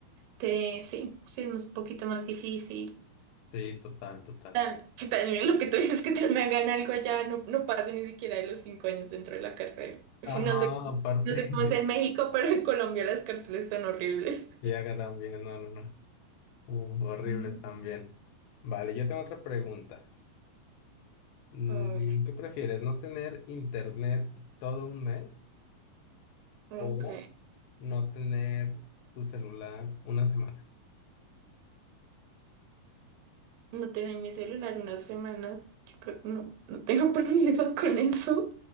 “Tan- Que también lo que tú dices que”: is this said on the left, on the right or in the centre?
Right